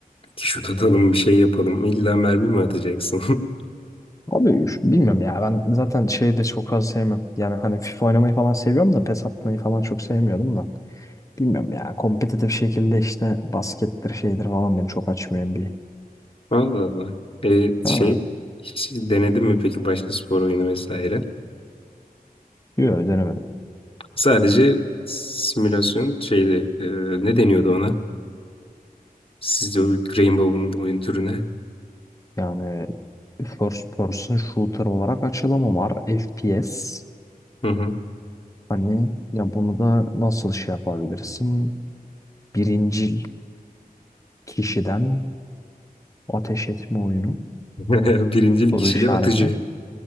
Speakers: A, on the left; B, on the left.
A: Şut atalım bir şey yapalım. İlla mermi mi atacaksın? <laughs>
B: Abi şu- bilmiyorum ya ben zaten şeyi de çok fazla sevmiyorum. Yani hani FIFA oynamayı falan seviyorum da PES atmayı falan çok sevmiyordum da. Bilmiyorum ya kompetitif şekilde işte baskettir şeydir falan beni çok açmıyor bir.
A: Allah Allah. E,
B: Ha,
A: şey hiç denedin mi peki başka spor oyunu vesaire?
B: yok denemedim.
A: Sadece simülasyon şeydi. e, ne deniyordu ona? Sizde o Rainbow'un oyun türüne.
B: Yani first person shooter olarak açılımı var. FPS.
A: Hı hı.
B: Hani ya bunu da nasıl şey yapabilirsin? Birincil kişiden ateş etme oyunu.
A: <laughs> Birincil
B: Soru
A: kişili
B: işareti.
A: atıcı.